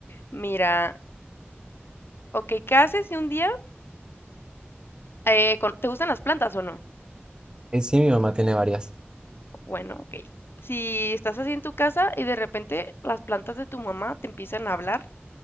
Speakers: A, on the left; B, on the right.
A: Mira, ok, ¿qué haces si un día eh, con- te gustan las plantas o no?
B: Eh, sí, mi mamá tiene varias.
A: Bueno, ok. Si estás así en tu casa y de repente las plantas de tu mamá te empiezan a hablar,